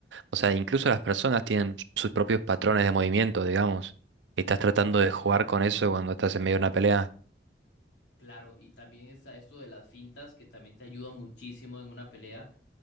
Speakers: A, on the right (about 80°); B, on the left (about 80°).
A: O sea, incluso las personas tienen sus propios patrones de movimiento, digamos. Y estás tratando de jugar con eso cuando estás en medio de una pelea.
B: Claro, y también está esto de las fintas que también te ayuda muchísimo en una pelea